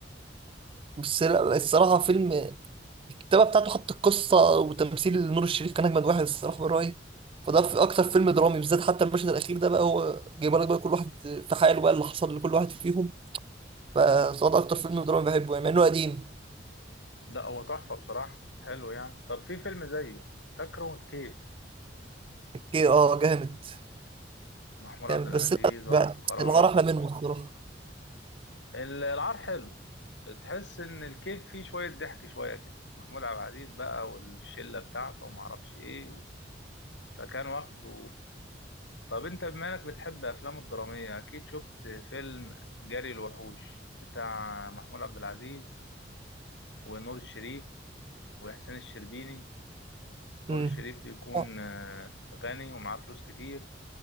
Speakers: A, on the right (about 30°); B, on the left (about 80°).
A: بس لا الصراحه فيلم الكتابه بتاعته حط القصه وتمثيل نور الشريف كان اجمد واحد الصراحه من رايي فده في اكتر فيلم درامي بالذات حتى المشهد الاخير ده بقى هو جايب لك بقى كل واحد في حاله بقى اللي حصل لكل واحد فيهم فصوت اكتر فيلم دراما بحبه يعني مع انه قديم
B: ده هو تحفه بصراحه حلو يعني طب في فيلم زيه فاكره الكيف
A: اوكي اه جامد
B: محمود عبد
A: جامد
B: العزيز
A: بس لا
B: وحى
A: بقى
B: الفخراني
A: الغار احلى منه الصراحه
B: ال- العار حلو تحس ان الكيف فيه شويه ضحك شويه كده محمود عبد العزيز بقى والشله بتاعته وما اعرفش ايه فكان واخده طب انت بما انك بتحب افلام الدرامية اكيد شفت فيلم جري الوحوش بتاع محمود عبد العزيز ونور الشريف وحسين الشربيني نور
A: امم
B: الشريف بيكون
A: آه،
B: آه، غني ومعاه فلوس كتير